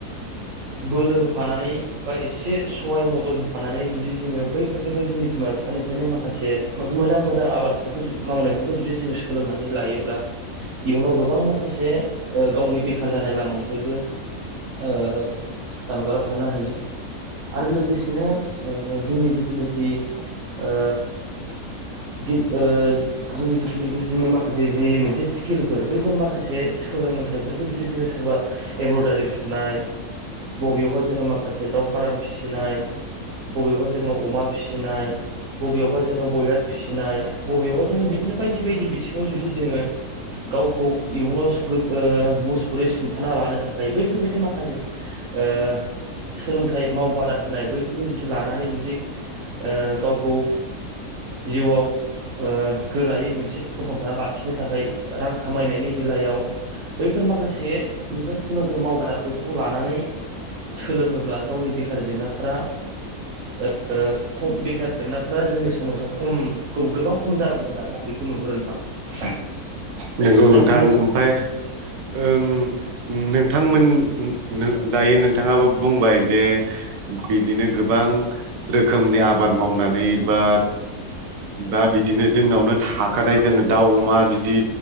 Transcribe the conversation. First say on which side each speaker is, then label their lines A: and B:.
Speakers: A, on the right; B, on the right.
A: बोलो होफानानै बा एसे सहाय मदद होफानानै जुदि जोङो बैफोरनिफाय जोंनि बिमा बिफानिफायनो माखासे मोजां मोजां आबादफोरखौ जु मावनायफोरखौ जुदि जो सोलोंनानै लायोब्ला इयुनावबो गोबां माखासे ओ गावनि बेखार जानाय लामानिफ्रायबो ओ जानगाराव थानो हायो आरो लोगोसेनो ओ जोंनि जिथुनोखि ओ गि ओ जोंनि जिखुनिखि जोंनि माखासे जि मोनसे स्किलफोर बैफोर माखासे सोलोंथाइफोरखौ जुदि जोङो सोरबा एमब्रदारि सुनाय बबेयावबा जोङो माखासे दाव फाराम फिसिनाय बबेयावबा जोङो अमा फिसिनाय, बबेयावबा जोङो बयलार फिसिनाय बबेयावबा जोङो बिदिनो बायदि बायदि बिथिङाव जुदि जोङो गावखौ इयुनाव गोग ओ मुसफुरै सुंथाना लानो थाखाय बैफोरबायदि माखासे ओ सोलोंथाइ मावबादा होनाय बैफोरखौ जुदि लानानै जुदि ओ गावखौ जिउआव ओ गोरायै मोनसे फसंथाना लाखिनो थाखाय रां खामायनायनि बेलायाव बैफोर माखासे जे <unintelligible> मावबादा खौ लानानै सोलोङोब्ला गावनि बेखार जेंनाफोरा ओ खम बेखार जेंनाफ्रा जोंनि समाजाव ख'म गोबां ख'म जाबोगोन आरो आं बेखौ नुहुरो नोंथां
B: नोंगौ
A: दा
B: नोंथां
A: दिनै
B: ओमफाय ओं नोंथांमोन नो दायो नोंथाङाबो बुंबाय जे बिदिनो गोबां रोखोमनि आबाद मावनानै बा बा बिदिनो जोंनावनो थाखानाय जोङो दाउ, अमा बिदि